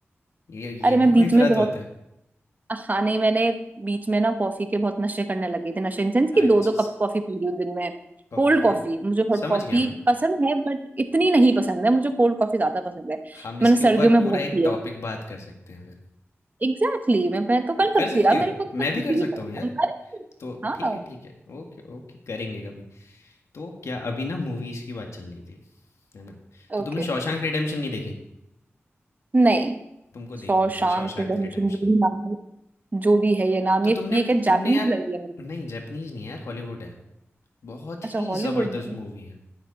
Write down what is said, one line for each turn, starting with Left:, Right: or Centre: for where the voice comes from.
Left: ये ये
Right: अरे मैं
Left: भी
Right: बीच
Left: कोई
Right: में
Left: व्रत
Right: बहुत
Left: होता है
Right: हाँ नहीं मैंने बीच में ना कॉफी के बहुत नशे करने लगी थी नशे इन सेंस की
Left: अच्छा
Right: दो दो कप
Left: स-
Right: कॉफी पी रही हूँ दिन में
Left: ओके
Right: कोल्ड कॉफी मुझे हॉट
Left: समझ
Right: कॉफी
Left: गया मैं
Right: पसंद है बट इतनी नहीं पसंद है मुझे कोल्ड कॉफी ज्यादा पसंद है
Left: हम इसके
Right: मैंने सर्दियों
Left: ऊपर
Right: में
Left: पूरा
Right: बहुत
Left: एक
Right: पी
Left: टॉपिक
Right: है
Left: बात कर सकते हैं फिर
Right: एग्जैक्टली exactly, मैं मैं तो कर सकती
Left: कर सकती
Right: हूँ यार,
Left: हो
Right: मेरे को तो मैं
Left: मैं
Right: किसी
Left: भी कर सकता
Right: भी
Left: हूँ यार
Right: अरे
Left: तो
Right: हाँ
Left: ठीक है ठीक है ओके ओके करेंगे कभी तो क्या अभी ना मूवीज़ की बात चल रही थी है ना तो
Right: ओके
Left: तुमने शॉशैंक रिडेम्पशन नहीं देखी
Right: नहीं
Left: तुमको
Right: शॉशांक
Left: देखनी चाहिए शॉशैंक
Right: रिडेम्पशन
Left: रिडेम्पशन
Right: जो भी नाम है जो भी है ये नाम
Left: तो
Right: ये
Left: तुमने
Right: ये क्या
Left: तुमने
Right: जापानीज
Left: यार
Right: लग रही है मेरे को
Left: नहीं जैपनीज नहीं है यार हॉलीवुड है बहुत
Right: अच्छा
Left: ही
Right: हॉलीवुड
Left: जबरदस्त
Right: है
Left: मूवी है